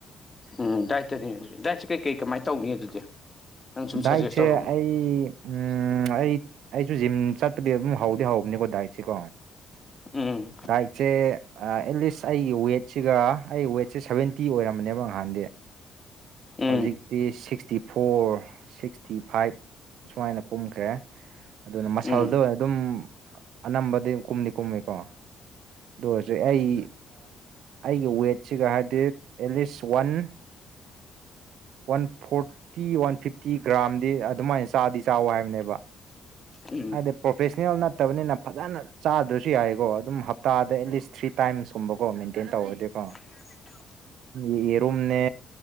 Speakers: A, on the left (about 30°); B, on the right (about 75°).
A: ꯎꯝ ꯗꯥꯏꯠꯇꯅꯦ ꯑꯗꯨꯗꯤ ꯗꯥꯏꯠꯁꯦ ꯀꯩ ꯀꯩ ꯀꯃꯥꯏꯅ ꯇꯧꯅꯤ ꯑꯗꯨꯗꯤ ꯅꯪ ꯁꯨꯝ
B: ꯗꯥꯏꯠꯁꯦ
A: ꯁꯖꯦꯁ ꯇꯧꯔꯛꯎꯅꯦ
B: ꯑꯩ ꯎꯝ ꯑꯩ ꯑꯩꯁꯨ ꯖꯤꯝ ꯆꯠꯄꯗꯤ ꯑꯗꯨꯝ ꯍꯧꯗꯤ ꯍꯧꯕꯅꯤꯀꯣ ꯗꯥꯏꯠꯁꯤꯀꯣ
A: ꯎꯝ
B: ꯗꯥꯏꯠꯆꯦ ꯑꯦꯠꯂꯤꯁ ꯑꯩꯒꯤ ꯋꯦꯠꯁꯤꯒ ꯑꯩ ꯋꯦꯠꯁꯦ ꯁꯕꯦꯟꯇꯤ ꯑꯣꯏꯔꯝꯕꯅꯦꯕ ꯅꯍꯥꯟꯗꯤ
A: ꯎꯝ
B: ꯍꯧꯖꯤꯛꯇꯤ ꯁꯤꯛꯁꯇꯤ ꯐꯣꯔ ꯁꯤꯛꯁꯇꯤ ꯐꯥꯏꯚ ꯁꯨꯃꯥꯏꯅ ꯀꯨꯝꯈ꯭ꯔꯦ ꯑꯗꯨꯅ ꯃꯁꯜꯗ
A: ꯎꯝ
B: ꯑꯗꯨꯝ ꯑꯅꯝꯕꯗꯤ ꯀꯨꯝꯗꯤ ꯀꯨꯝꯃꯤꯀꯣ ꯑꯗꯨ ꯑꯣꯏꯔꯁꯨ ꯑꯩ ꯑꯩꯒꯤ ꯋꯦꯠꯁꯤꯒ ꯍꯥꯏꯔꯗꯤ at least one one forty one fifty ꯒ꯭ꯔꯥꯝꯗꯤ ꯑꯗꯨꯃꯥꯏꯅ ꯆꯥꯗꯤ ꯆꯥꯎꯋ ꯍꯥꯏꯕꯅꯦꯕ
A: ꯎꯝ
B: ꯍꯥꯏꯗꯤ ꯄ꯭ꯔꯣꯐꯦꯁꯅꯦꯜ ꯅꯠꯇꯕꯅꯤꯅ ꯐꯖꯅ ꯆꯥꯗ꯭ꯔꯁꯨ ꯌꯥꯏꯀꯣ ꯑꯗꯨꯝ ꯍꯞꯇꯥꯗ ꯑꯦꯠꯂꯤꯁ ꯊ꯭ꯔꯤ ꯇꯥꯏꯝꯁꯀꯨꯝꯕꯀꯣ ꯃꯦꯟꯇꯦꯟ ꯇꯧꯔꯗꯤꯀꯣ
A: <unintelligible>
B: ꯑꯦꯔꯨꯝꯅꯦ